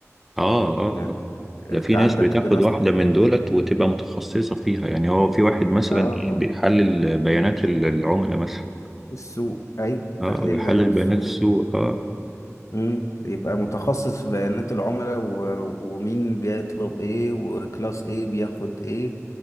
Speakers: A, in the centre; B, on the left (about 70°).
A: اه اه
B: يعني
A: آه.
B: انت
A: ده في
B: عندك
A: ناس بتاخد
B: دراسه
A: واحدة من دولت وتبقى متخصصة فيها يعني هو في واحد مثلا
B: اه
A: ايه
B: طبعا
A: بيحلل بيانات ال- العملاء مثلا
B: السوق ايوه
A: اه
B: تحليل
A: او يحلل
B: بيانات
A: بيانات
B: السوق
A: السوق اه
B: امم يبقى متخصص في بيانات العملاء و... ومين بيطلب ايه وكلاس ايه بياخد ايه